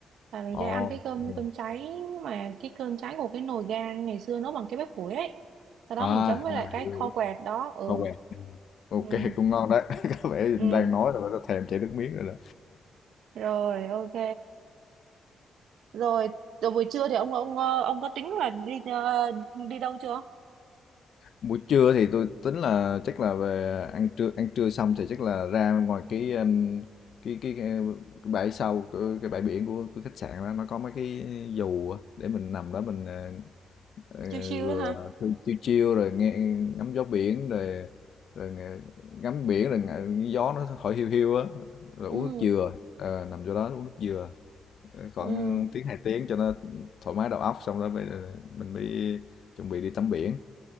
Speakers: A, on the right (about 80°); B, on the left (about 70°).
A: Là mình
B: ồ,
A: sẽ ăn cái cơm
B: ừ.
A: cơm cháy mà cái cơm cháy của cái nồi gang ngày xưa nấu bằng cái bếp củi ấy. Sau đó
B: à,
A: mình chấm với
B: à
A: lại cái
B: hiểu,
A: kho
B: hiểu.
A: quẹt đó. Ừ.
B: ok, ok
A: Ừ.
B: cũng ngon đấy, <laughs> có vẻ
A: Ừ.
B: đang nói rồi nó thèm chảy nước miếng rồi đó.
A: Rồi ok. Rồi, rồi buổi trưa thì ông ông ờ, ông có tính là đi ờ, đi đâu chưa?
B: buổi trưa thì tôi tính là chắc là về ăn trưa ăn trưa xong thì chắc là ra ngoài cái um, cái cái, cái bãi sau cái, cái bãi biển của cái khách sạn đó nó có mấy cái dù á, để mình nằm đó mình ờ, ờ,
A: Chiêu chiêu
B: vừa
A: đó ha.
B: chiêu chiêu rồi nghe ngắm gió biển rồi rồi nghe- ngắm biển rồi nghe cái gió nó thổi hiu hiu á rồi
A: Ừ.
B: uống nước dừa Ờ, nằm chỗ đó uống nước dừa Ờ, khoảng
A: ừ
B: tiếng hai tiếng cho nó thoải mái đầu óc xong rồi bây giờ mình mới chuẩn bị đi tắm biển